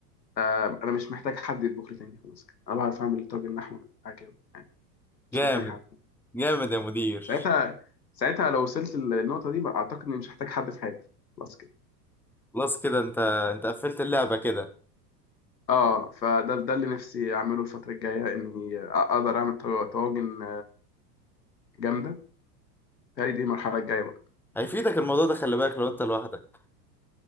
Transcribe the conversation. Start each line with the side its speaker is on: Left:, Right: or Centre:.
Left: آه أنا مش محتاج حد يطبخ لي تاني خلاص كده أنا بعرف أعمل طاجن لحمة عكاوي يعني مش
Centre: جامد
Left: محتاج حد
Centre: جامد يا مدير
Left: ساعتها ساعتها لو وصلت للنقطة دي بقى أعتقد إني مش هحتاج حد في حياتي خلاص كده
Centre: خلاص كده انت انت قفلت اللعبة كده
Left: اه فده ده اللي نفسي اعمله الفتره الجايه اني اقدر اعمل طوا- طواجن جامده بتهيألي دي المرحله الجايه بقى
Centre: هيفيدك الموضوع ده خلي بالك لو انت لوحدك